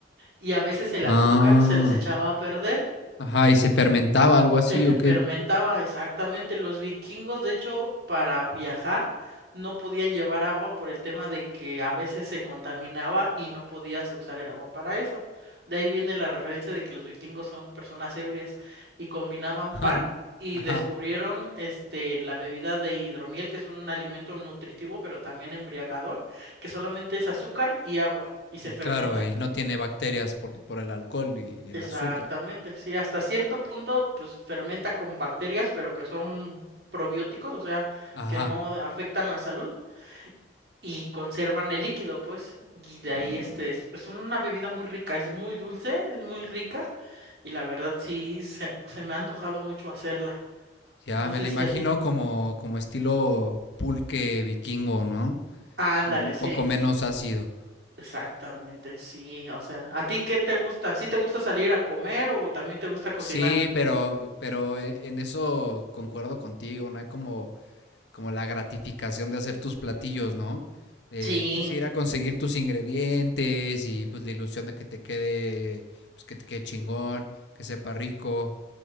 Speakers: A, on the right; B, on the left.
A: y a veces el
B: Ah,
A: azúcar se les echaba a perder.
B: ajá, y se fermentaba algo
A: <laughs>
B: así
A: Eh,
B: o
A: Fermentaba,
B: qué.
A: exactamente. Los vikingos, de hecho, para viajar no podían llevar agua por el tema de que a veces se contaminaba y no podías usar el agua para eso. De ahí viene la referencia de que los vikingos son personas ebrias y combinaban pan
B: Ja,
A: y
B: Ajá,
A: descubrieron este la bebida de hidromiel, que es un alimento nutritivo, pero también embriagador, que solamente es azúcar y agua y se
B: y
A: fermenta.
B: claro, y no tiene bacterias porque por el alcohol y el
A: Exactamente,
B: azúcar.
A: sí, hasta cierto punto, pues fermenta con bacterias, pero que son probióticos, o sea,
B: Ajá.
A: que no afectan la salud y conservan el líquido, pues, y de
B: Ah,
A: ahí este es, es una bebida muy rica, es muy dulce, es muy rica y la verdad sí se, se me ha antojado mucho hacerla.
B: ya
A: No
B: me
A: sé
B: la
A: si
B: imagino
A: a ti,
B: como, como estilo pulque vikingo, ¿no?
A: ándale,
B: Un
A: sí,
B: poco menos ácido.
A: exactamente, sí, o sea, ¿a ti qué te gusta? ¿Sí te gusta salir a comer o también te gusta cocinar?
B: Sí, pero, pero e- en eso concuerdo contigo, no hay como, como la gratificación de hacer tus platillos, ¿no? Eh,
A: Sí.
B: pues ir a conseguir tus ingredientes y pues la ilusión de que te quede, pues que te quede chingón, que sepa rico.